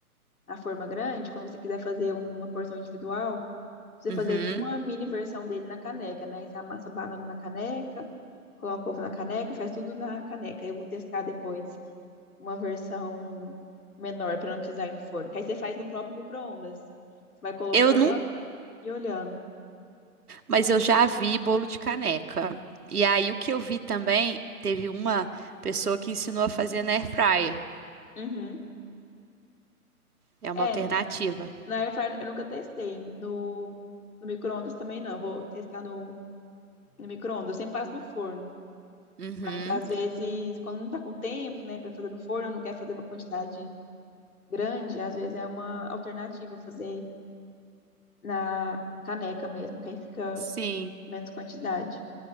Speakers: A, on the left (about 65°); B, on the right (about 75°).
A: na forma grande, quando você quiser fazer uma porção individual, você
B: Uhum.
A: fazer tipo uma mini versão dele na caneca, né? Você amassa a banana na caneca, coloca o ovo na caneca, faz tudo na caneca. Eu vou testar depois uma versão menor para não precisar ir no forno. Que aí você faz no próprio micro-ondas. Você vai colocando
B: Eu
A: e olhando.
B: Mas eu já vi bolo de caneca. E aí o que eu vi também, teve uma pessoa que ensinou a fazer na air fryer.
A: Uhum.
B: É uma
A: É,
B: alternativa.
A: na air fryer eu nunca testei. No, no micro-ondas também não. Eu Vou testar no, no micro-ondas. Eu sempre faço no forno.
B: Uhum.
A: Mas às vezes, quando não está com tempo, né, para fazer no forno, não quer fazer uma quantidade grande, às vezes é uma alternativa fazer na caneca mesmo, que aí fica
B: Sim.
A: menos quantidade.